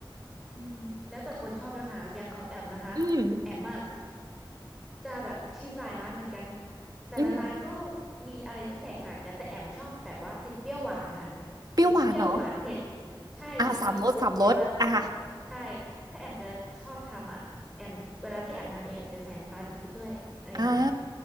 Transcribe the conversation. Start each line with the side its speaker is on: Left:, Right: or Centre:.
Centre: อืมแล้วแต่คนชอบเลยค่ะอย่างของแอมนะคะแอมอะ
Right: อืม
Centre: จะแบบชิมหลายร้านเหมือนกันแต่ละร้านก็
Right: อืม
Centre: มีอะไรที่แตกต่างกันแต่แอมชอบแบบว่าติดเปรี้ยวหวานค่ะ
Right: เปรี้ยวหวานเหรอ
Centre: ติดเปรี้ยวหวานเผ็ดใช่บางแอมอะถ้า
Right: อาสามรสสามรสอา
Centre: ใช่ถ้าแอมจะชอบทำอะแอมเวลาที่แอมทำเองจะใส่น้ำตาลปี๊บด้วยอะไรอย่างเงี้ย
Right: อา